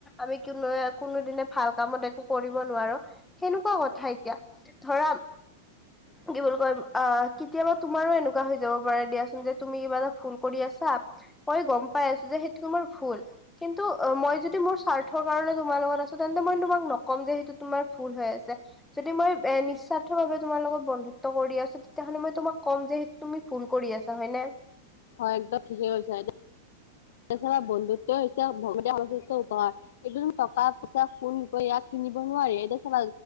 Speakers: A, in the centre; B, on the left.
A: আমি কোনো কোনোদিনে ভাল কামত একো কৰিব নোৱাৰোঁ, সেনেকুৱা কথা এতিয়া, ধৰা
B: <inaudible>
A: কি বুলি কয়। অ, কেতিয়াবা তোমাৰো এনেকুৱা হৈ যাব পাৰে দিয়াচোন, যে তুমি কিবা এটা ভুল কৰি আছা মই গম পাই আছোঁ যে সেইটো তোমাৰ ভুল। কিন্তু অ' মই যদি মোৰ স্বাৰ্থৰ কাৰণ তোমাৰ লগত আছোঁ তেন্তে মই তোমাক ন- কম যে সেইটো তোমাৰ ভুল হৈ আছে। যদি মই এ নিস্বাৰ্থ ভাৱে তোমাৰ লগত বন্ধুত্ব কৰি আছোঁ তেতিয়াহ'লে মই তোমাক ক'ম যে- তুমি ভূল কৰি আছা হয় নে।
B: হয়', একদম ঠিকেই কৈছা এতিয়া- এই চাবা বন্ধুত্ব এতিয়া হৈছে ভকতীয়া সংস্কৃতিৰ উপহাৰ। একদম টকা-পইচা, সোণ, ৰূপে ইয়াক কিনিব নোৱাৰি, এতিয়া চাবা-